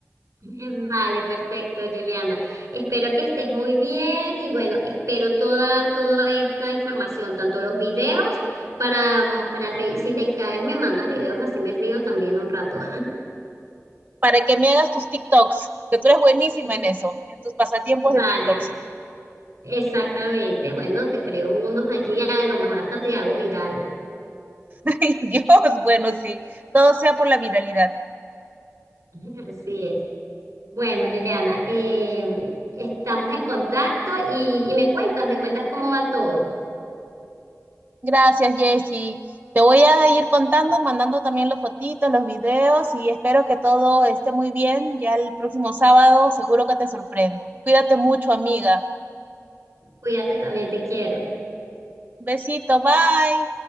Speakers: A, on the right; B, on the right.
A: <laughs> Vale, perfecto, Juliana. Espero que estés muy bien y bueno, espero toda, toda esta información, tanto los videos para, mm, para reír. si te caes, me mandas videos, así me río también un rato.
B: Para que me hagas tus TikToks, que tú eres buenísima
A: <laughs>
B: en eso, en tus pasatiempos
A: Vale,
B: de TikToks.
A: exactamente. Bueno, te creo unos allí, a lo mejor hasta te hago viral.
B: <laughs> Ay, Dios, bueno, sí, todo sea por la viralidad.
A: <laughs> Así es. Bueno, Juliana, eh, estamos en contacto y, y me cuentas, me cuentas cómo va todo.
B: Gracias, Jessy. Te voy a ir contando, mandando también los fotitos, los videos y espero que todo esté muy bien. Ya el próximo sábado seguro que te sorprendo. Cuídate mucho, amiga.
A: Cuídate también, te quiero.
B: Besito, bye.